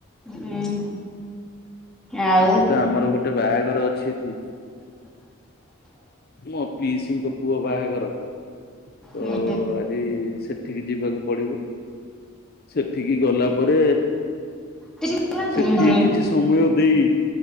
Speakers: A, in the centre; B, on the left (about 50°).
A: ହୁଁ। ଆଉ
B: ଆଜି ତ ଆମର ଗୋଟେ ବାହାଘର ଅଛି। ହୁଁ। ମୋ ପିଇସିଙ୍କ ପୁଅ ବାହାଘର ତ
A: ହୁଁ
B: ଆଜି ସେଠିକି ଯିବାକୁ ପଡିବ। ସେଠିକି ଗଲା ପରେ,
A: ହୁଁ
B: ସେଠି
A: ହୁଁ
B: କି କିଛି ସମୟ ଦେଇ,